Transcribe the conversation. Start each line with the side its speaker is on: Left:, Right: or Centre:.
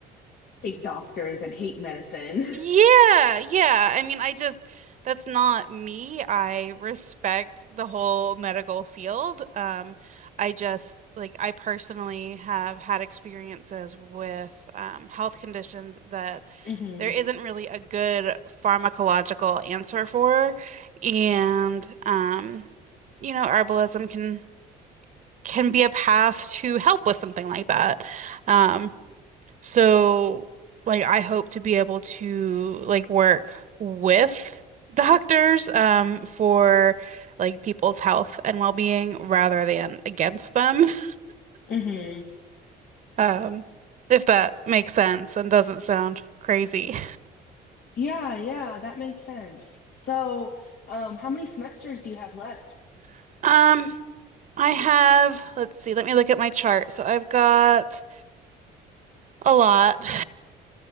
Left: hate doctors and hate medicine.
Right: Yeah,
Left: <laughs>
Right: yeah. I mean, I just that's not me. I respect the whole medical field. Um, I just like I personally have had experiences with um, health conditions that
Left: hmm
Right: there isn't really a good pharmacological answer for, and um, you know, herbalism can can be a path to help with something like that. um, so, like, I hope to be able to like work with <laughs> doctors um for like people's health and well-being rather than against them. <laughs>
Left: hmm
Right: Um, if that makes sense and doesn't sound crazy.
Left: Yeah, yeah, that makes sense. So, um, how many semesters do you have left?
Right: <laughs> Um, I have, let's see, let me look at my chart. So I've got a lot. <laughs>